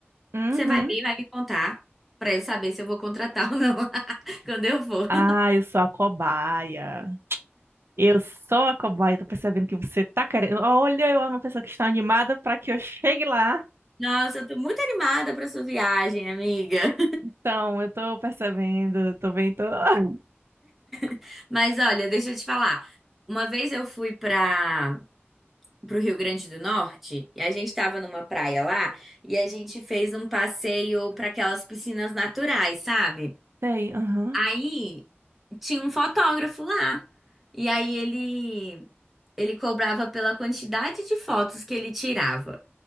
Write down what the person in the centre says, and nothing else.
Você vai ver e vai me contar pra eu saber se eu vou contratar ou não <laughs> quando eu for.
Nossa, eu tô muito animada pra sua viagem, amiga.
<laughs> Mas olha, deixa eu te falar. Uma vez eu fui para pro Rio Grande do Norte e a gente tava numa praia lá e a gente fez um passeio pra aquelas piscinas naturais, sabe?
Aí tinha um fotógrafo lá. E aí ele ele cobrava pela quantidade de fotos que ele tirava.